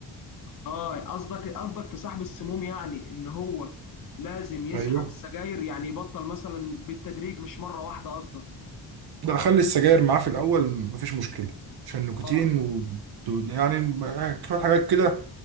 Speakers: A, on the left; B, on the right.
A: اه قصدك قصدك في سحب السموم يعني ان هو لازم يسحب
B: ايوه
A: السجاير يعني يبطل مثلا بالتدريج مش مرة واحدة قصدك
B: لا خلي السجاير معاه في الاول مفيش مشكله عشان النيكوتين
A: اه
B: و... يعني م- شويه حاجات كده